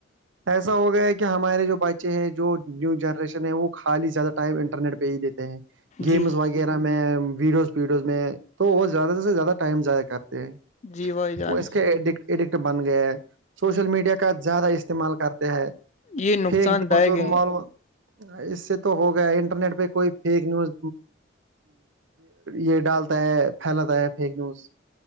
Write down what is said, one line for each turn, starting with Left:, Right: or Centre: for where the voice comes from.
Right: ایسا ہو گیا ہے کہ ہمارے جو بچے ہیں جو نیو جنریشن ہے وہ خالی زیادہ ٹائپ انٹرنیٹ پہ ہی دیتے ہیں گیمز
Left: جی
Right: وغیرہ میں ویڈیوز ویڈیوز میں تو وہ زیادہ سے زیادہ ٹائم ضائع کرتے ہیں
Left: جی بھائی جان
Right: وہ اس کے ایڈکٹ ایڈکٹ بن گئے ہے سوشل میڈیا کا کا زیادہ استعمال کرتے ہیں
Left: یہ نقصان
Right: پیک نیز
Left: دائق
Right: اور
Left: ہیں
Right: مولوم اس سے تو ہو گیا انٹرنیٹ پہ کوئی فیک نیوز یہ ڈالتا ہے پھیلاتا ہے فیک نیوز